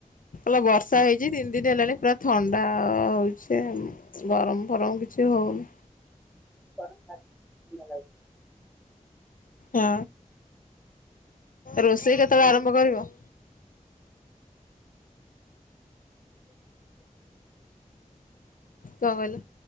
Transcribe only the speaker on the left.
ଲା ବର୍ଷା ହେଇଛି ତିନି ଦିନ ହେଲାଣି ପୁରା ଥଣ୍ଡା ହଉଛି ଆଉ। ଗରମ ଫରମ କିଛି ହଉନି।
ହୁଁ। ରୋଷେଇ କେତେବେଳେ ଆରମ୍ଭ କରିବ? କଣ କହିଲେ?